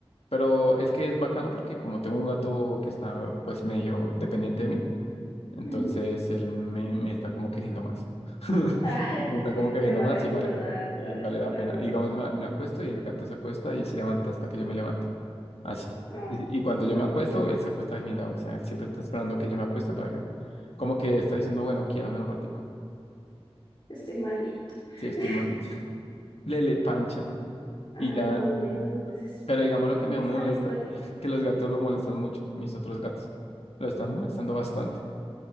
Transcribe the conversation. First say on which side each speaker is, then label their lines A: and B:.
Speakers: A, on the left (about 75°); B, on the left (about 55°).
A: Pero es que es bacano porque como tengo un gato que está pues medio dependiente de mí, entonces
B: ujú.
A: él me, me está como queriendo más. <laughs>
B: Ah, <laughs>
A: Me está como queriendo
B: te va
A: más
B: a recordar,
A: y vale, y
B: te va a recordar
A: vale la pena.
B: cuando...
A: digamos, me, me acuesto y el gato se acuesta y se levanta hasta que yo me levanto. Así.
B: Ah,
A: Y, y cuando
B: tu
A: yo
B: buen
A: me acuesto,
B: niñito.
A: él se acuesta de mi lado. O sea, él siempre está esperando que yo me acueste para que, como que está diciendo, bueno, quiérame un ratico.
B: Estoy malito.
A: Sí, estoy
B: <laughs>
A: mal. <laughs> Lele, pancha.
B: Ah,
A: Y ya
B: no, bueno, entonces,
A: Pero digamos
B: ¿creen
A: lo que me
B: que está
A: me molesta,
B: bien tu gatico?
A: <laughs> que los gatos lo molestan mucho, mis otros gatos. Lo están molestando bastante.